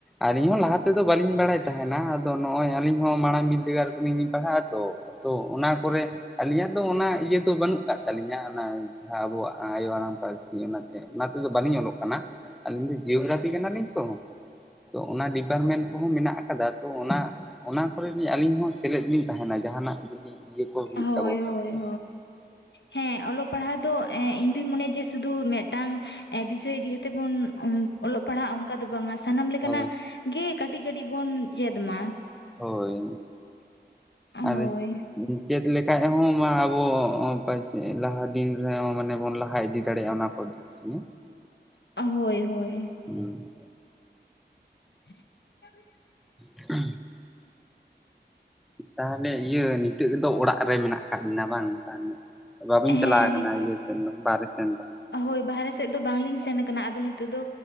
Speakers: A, in the centre; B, on the left.
A: ᱟᱨ ᱤᱧᱦᱚᱸ ᱞᱟᱦᱟ ᱛᱮᱫᱚ ᱵᱟᱹᱞᱤᱧ ᱵᱟᱲᱟᱭ ᱛᱟᱦᱮᱱᱟ ᱟᱫᱚ ᱱᱚᱜᱼᱚᱭ ᱟᱹᱞᱤᱧ ᱦᱚᱸ ᱢᱟᱲᱟᱝ ᱵᱤᱫᱽᱫᱟᱹᱜᱟᱲ ᱠᱷᱚᱱ ᱞᱤᱧ ᱯᱟᱲᱦᱟᱜᱼᱟ ᱛᱚ ᱛᱚ ᱚᱱᱟ ᱠᱚᱨᱮ ᱟᱹᱞᱤᱧᱟᱜ ᱫᱚ ᱚᱱᱟ ᱤᱭᱟᱹ ᱫᱚ ᱵᱟᱹᱱᱩᱜ ᱟᱠᱟᱫ ᱛᱟᱹᱞᱤᱧᱟ ᱚᱱᱟ ᱡᱟᱦᱟᱸ ᱟᱵᱚᱣᱟᱜ ᱟᱭᱳ ᱟᱲᱟᱝ ᱯᱟᱹᱨᱥᱤ ᱚᱱᱟᱛᱮ ᱚᱱᱟ ᱛᱮᱫᱚ ᱵᱟᱹᱞᱤᱧ ᱚᱞᱚᱜ ᱠᱟᱱᱟ ᱟᱹᱞᱤᱧ ᱫᱚ ᱡᱤᱭᱳᱜᱨᱟᱯᱷᱤ ᱠᱟᱱᱟᱞᱤᱧ ᱛᱚ ᱛᱚ ᱚᱱᱟ ᱰᱤᱯᱟᱨᱢᱮᱱᱴ ᱠᱚᱦᱚᱸ ᱢᱮᱱᱟᱜ ᱟᱠᱟᱫᱟ ᱛᱚ ᱚᱱᱟ ᱚᱱᱟ ᱠᱚᱨᱮ ᱜᱮ ᱟᱹᱞᱤᱧ ᱦᱚᱸ ᱥᱮᱞᱮᱫ ᱞᱤᱧ ᱛᱟᱦᱮᱱᱟ ᱡᱟᱦᱟᱱᱟᱜ ᱡᱩᱫᱤ ᱤᱭᱟᱹ ᱠᱚ ᱦᱩᱭᱩᱜ
B: ᱦᱳᱭ
A: ᱛᱟᱠᱚ ᱠᱷᱟᱡ
B: ᱦᱳᱭ
A: ᱫᱚ
B: ᱦᱮᱸ ᱚᱞᱚᱜ ᱯᱟᱲᱦᱟᱜ ᱫᱚ ᱤᱧ ᱫᱩᱧ ᱢᱚᱱᱮᱭᱟ ᱡᱮ ᱥᱩᱫᱩ ᱢᱤᱫᱴᱟᱝ ᱵᱤᱥᱚᱭ ᱤᱫᱤ ᱠᱟᱛᱮᱜ ᱵᱚᱱ ᱚᱞᱚᱜ ᱯᱟᱲᱦᱟᱜ ᱟ ᱚᱱᱠᱟ ᱫᱚ ᱵᱟᱝᱟ ᱥᱟᱱᱟᱢ ᱞᱮᱠᱟᱱᱟᱜ,
A: ᱦᱳᱭ
B: ᱜᱮ ᱠᱟᱹᱴᱤᱡ ᱠᱟᱹᱴᱤᱡ ᱵᱚᱱ ᱪᱮᱫ ᱢᱟ᱾
A: ᱦᱳᱭ ᱟᱫ
B: ᱦᱳᱭ
A: ᱪᱮᱫ ᱞᱮᱠᱷᱟᱡ ᱦᱚᱸ ᱟᱵᱚ ᱢᱟᱪᱮᱫ ᱞᱟᱦᱟ ᱫᱤᱱ ᱨᱮᱦᱚᱸ ᱢᱟᱱᱮ ᱵᱚᱱ ᱞᱟᱦᱟ ᱤᱫᱤᱼᱼ ᱫᱟᱲᱮ ᱚᱱᱟ ᱠᱚ ᱫᱤᱠ ᱫᱤᱭᱮ᱾
B: ᱦᱳᱭ ᱦᱳᱭ
A: ᱦᱩᱸ
B: <unintelligible>
A: <unintelligible> ᱛᱟᱦᱚᱸᱞᱮ ᱤᱭᱟᱹ ᱱᱤᱛᱚᱜ ᱫᱚ ᱚᱲᱟᱜ ᱨᱮ ᱢᱮᱱᱟᱜ ᱟᱠᱟᱫ ᱵᱤᱱᱟ ᱵᱟᱝ᱾ ᱛᱟᱦ ᱵᱟᱵᱟᱹᱧ ᱪᱟᱞᱟᱣ
B: ᱦᱮᱸ
A: ᱠᱟᱱᱟ
B: ᱱᱤᱛ
A: ᱤᱭᱟᱹ ᱥᱮᱱ ᱫᱚ ᱵᱟᱦᱦᱨᱮ ᱥᱮᱱ ᱫᱚ᱾
B: ᱦᱳᱭ ᱵᱟᱨᱨᱮ ᱥᱮᱫ ᱫᱚ ᱵᱟᱝᱞᱤᱧ ᱥᱮᱱ ᱠᱟᱱᱟ ᱟᱫᱚ ᱱᱤᱛᱚᱜᱜ ᱫᱚ